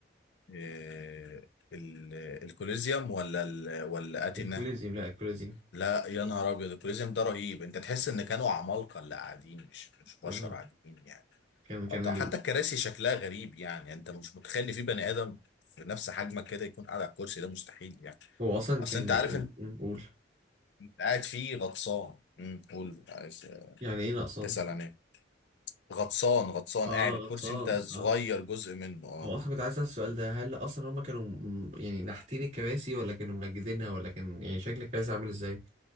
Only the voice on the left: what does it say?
آه ال- الكوليزيوم ولا ال... ولا اتينا
لا يا نهار ابيض الكوليزيوم ده رهيب انت تحس ان كانوا عمالقه اللي قاعدين مش مش بشر
عاديين يعني
اه طبعا
حتى الكراسي شكلها غريب يعني انت مش متخيل ان في بني ادم في نفس حجمك كده يكون قاعد على الكرسي ده مستحيل يعني
اصل
انت
عارف انت
قاعد فيه غطسان امم قول عايز
تسال عن ايه غطسان غطسان
قاعد الكرسي
انت صغير
جزء منه اه